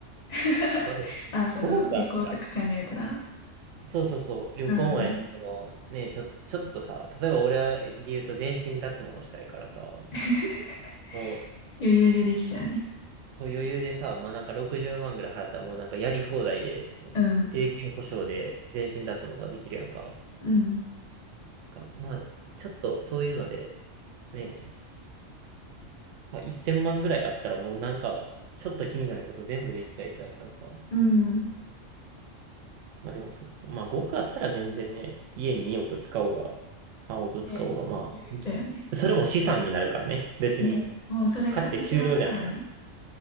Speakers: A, on the left; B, on the right.
A: <laughs>
B: <laughs> まあ、で
A: あ、その、
B: も億あったら、
A: 旅行とか考えたら、
B: そうそうそう、旅行もやし、
A: うん
B: その、ね、ちょ、ちょっとさ、例えば俺で言うと全身脱毛したいからさ、
A: <laughs>
B: も
A: 余裕でできちゃうね。
B: そう余裕でさ、まあなんか60万ぐらい払ったらもうなんかやり放題で、もう永久保証で全身脱毛とかできるやんか。
A: うん。うん。
B: かまあちょっとそういうので、ね、まあ、1000万ぐらいあったらもうなんかちょっと気になること全部できちゃいそうやからさ。
A: うん。
B: まあでもそ、まあ5億あったら全然ね、家に2億使おうが、3億使おうが、
A: で、
B: ま
A: だよね。
B: あ、それも資産になるからね。別に、
A: ね。もうそれ買ってしまったらね、
B: 買って終了じゃないから。